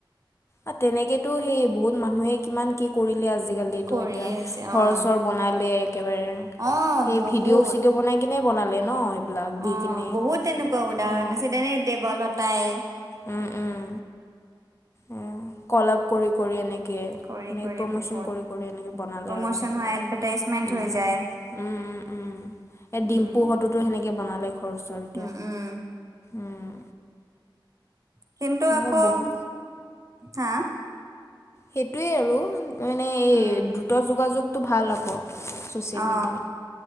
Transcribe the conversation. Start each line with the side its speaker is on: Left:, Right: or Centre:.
Left: অ তেনেকেতো সেই বহুত মানুহেই কিমান কি- কৰিলে আজিকালিটো
Right: কৰি
Left: এতিয়া
Right: আছে
Left: খৰচৰ
Right: অ
Left: বনালে একেবাৰে।
Right: অ',
Left: সেই
Right: বহুত
Left: ভিডিঅ চিডিঅও বনাই কিনে বনালে ন। এইবিলাক দি
Right: অঁ
Left: কিনে
Right: বহুত তেনেকুৱা উদাহৰণ
Left: অ
Right: আছে যেনেকে দেৱলতাই।
Left: উম উম। অঁ কলপ কৰি কৰি এনেক কে এনেকে
Right: কৰি কৰি
Left: প্ৰমচন
Right: বহুত
Left: কৰি কৰি এনেকে বনালে
Right: প্ৰমোচন
Left: আৰু ঘ
Right: হয় এডভাৰটাইজমেন্ট
Left: উম।
Right: হৈ যায়
Left: উম উম উম এ
Right: উম,
Left: ডিম্পুহটোহতোটো
Right: তেনে
Left: সেনেকে বনালে ঘৰ চৰ এতিয়া।
Right: উম, উম,
Left: উম।
Right: কিন্তু
Left: এনেকুৱা
Right: আকৌ,
Left: বহু
Right: হা?
Left: সেইটোৱেই আৰু মানে এই
Right: উম,
Left: দ্ৰুত যোগাযোগটো ভাল আকৌ। ছ'চিয়েল
Right: অ
Left: মিডিয়াত